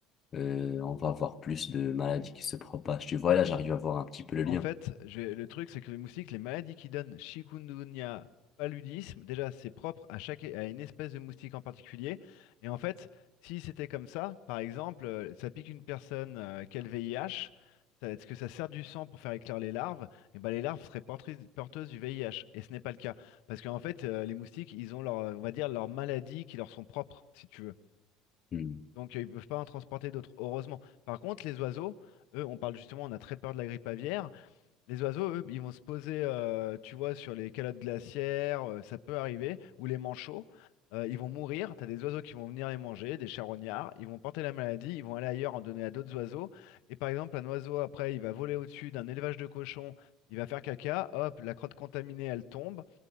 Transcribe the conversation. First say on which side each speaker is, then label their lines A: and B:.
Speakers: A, on the left (about 25°); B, on the left (about 65°).
A: euh, on va avoir plus de maladies qui se propagent. Tu vois, là, j'arrive à voir un petit peu le
B: En
A: lien.
B: fait, je vais- le truc, c'est que les moustiques, les maladies qu'ils donnent, chikungunya, paludisme, déjà, c'est propre à chaque, à une espèce de moustique en particulier. Et en fait, si c'était comme ça, par exemple, euh, ça pique une personne euh, qui a le VIH, ça- est-ce que ça sert du sang pour faire éclore les larves? Et ben, les larves seraient portrices- porteuses du VIH. Et ce n'est pas le cas. Parce qu'en fait, euh, les moustiques, ils ont leur, euh, on va dire, leurs maladies qui leur sont propres, si tu veux.
A: Hmm.
B: Donc, euh, ils ne peuvent pas en transporter d'autres, heureusement. Par contre, les oiseaux, eux, on parle justement, on a très peur de la grippe aviaire. Les oiseaux, eux, ils vont se poser, euh, tu vois, sur les calottes glaciaires, euh, ça peut arriver, ou les manchots, euh, ils vont mourir, t'as des oiseaux qui vont venir les manger, des charognards, ils vont porter la maladie, ils vont aller ailleurs en donner à d'autres oiseaux, et par exemple, un oiseau, après, il va voler au-dessus d'un élevage de cochons, il va faire caca, hop, la crotte contaminée, elle tombe,